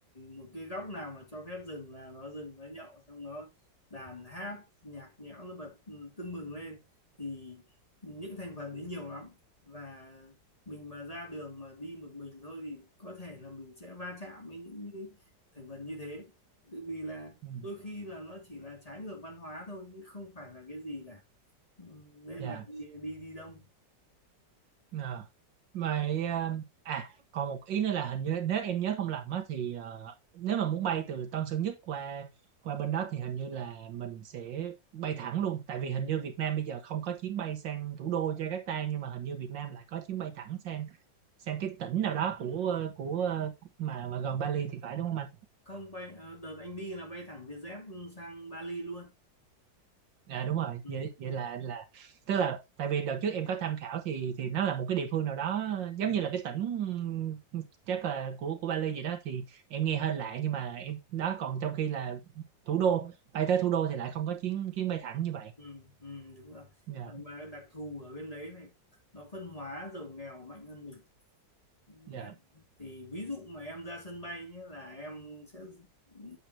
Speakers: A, on the left; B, on the right.
A: một cái góc nào mà cho phép dừng là nó dừng nó nhậu xong nó đàn hát nhạc nhẽo nó bật ừ, tưng bừng lên thì những thành phần đấy nhiều lắm và mình mà ra đường mà đi một mình thôi thì có thể là mình sẽ va chạm với những cái thành phần như thế tự vì là
B: Ừ,
A: đôi khi là nó chỉ là trái ngược văn hóa thôi chứ không phải là cái gì cả Ừ, nên
B: dạ.
A: là đi đi, đi đông
B: Ờ. Vậy ờ, à còn một ý nữa là hình như nếu em nhớ không lầm á thì ờ, nếu mà muốn bay từ Tân Sơn Nhất qua qua bên đó thì hình như là mình sẽ bay thẳng luôn tại vì hình như Việt Nam bây giờ không có chuyến bay sang thủ đô Jakarta nhưng mà hình như Việt Nam lại có chuyến bay thẳng sang sang cái tỉnh nào đó của ờ, của ờ, mà mà gần Bali thì phải đúng không anh?
A: không bay ờ, đợt anh đi là bay thẳng Vietjet sang Bali luôn
B: à đúng rồi
A: ừ,
B: vậy vậy là là tức là tại vì đợt trước em có tham khảo thì thì nó là một cái địa phương nào đó giống
A: ừ,
B: như là cái tỉnh ừm, chắc là của của Bali vậy đó thì em nghe hơi lạ nhưng mà em đó còn trong khi là thủ đô bay tới thủ đô thì lại không có chuyến chuyến bay thẳng như vậy
A: ừ, ừ, đúng rồi
B: dạ
A: Ờ, mà đặc thù ở bên đấy này nó phân hóa giàu nghèo mạnh hơn mình Ừ,
B: dạ
A: đấy. thì ví dụ mà em ra sân bay nhé là em sẽ ừ,